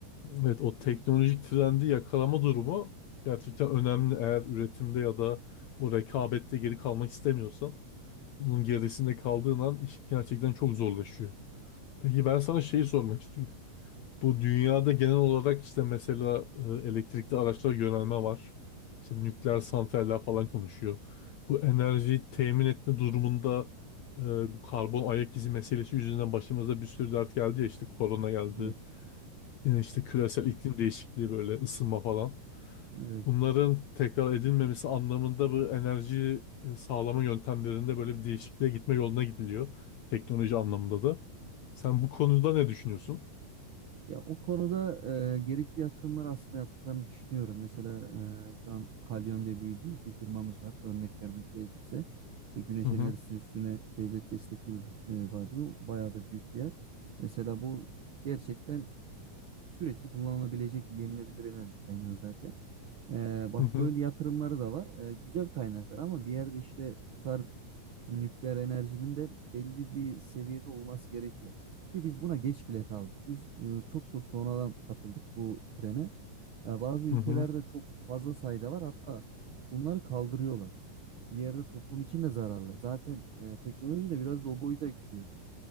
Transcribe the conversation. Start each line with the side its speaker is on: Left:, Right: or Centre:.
Left: Evet o teknolojik trendi yakalama durumu gerçekten önemli. Eğer üretimde ya da o rekabette geri kalmak istemiyorsan bunun gerisinde kaldığın an iş gerçekten çok zorlaşıyor. Peki ben sana şeyi sormak istiyorum. Bu dünyada genel olarak işte mesela e, elektrikli araçlara yönelme var. İşte nükleer santraller falan konuşuyor. Bu enerjiyi temin etme durumunda e, bu karbon ayak izi meselesi yüzünden başımıza bir sürü dert geldi ya işte korona geldi.
Right: Evet.
Left: Yine işte küresel iklim değişikliği böyle ısınma falan.
Right: Evet.
Left: Bunların tekrar edilmemesi anlamında bu enerji e, sağlama yöntemlerinde böyle bir değişikliğe gitme yoluna gidiliyor. Teknoloji anlamında da. Sen bu konuda ne düşünüyorsun?
Right: Ya o konuda e, gerekli yatırımlar aslında yaptıklarını düşünüyorum. Mesela e, şu an Kalyon diye bir büyük bir firmamız var. Örnek vermek gerekirse. İşte güneş
Left: Hı hı.
Right: enerjisi üstüne devlet destekli bir e, fabrika. Bayağı da büyük bir yer. Mesela bu gerçekten sürekli kullanılabilecek bir yenilebilir enerji kaynağı zaten. E, bak
Left: Hı hı.
Right: böyle yatırımları da var. E, güzel kaynaklar ama bir yerde işte bu tarz nükleer enerjinin de belli bir seviyede olması gerekiyor. Ki biz buna geç bile kaldık. Biz e, çok çok sonradan katıldık bu trene. E, bazı ülkelerde
Left: Hı hı.
Right: çok fazla sayıda var. Hatta bunları kaldırıyorlar. Bir yerde toplum için de zararlı. Zaten e, teknoloji de biraz da o boyuta gidiyor.